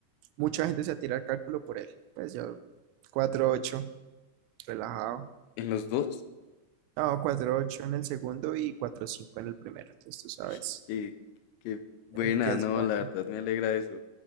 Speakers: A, on the right; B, on the left.
A: mucha gente se atira al cálculo por él. Pues yo, cuatro ocho relajado.
B: ¿En los dos?
A: No, cuatro ocho en el segundo y cuatro cinco en el primero. Entonces tú sabes
B: Ay, qué, qué buena,
A: el que es
B: no,
A: bueno,
B: la verdad, me alegra eso.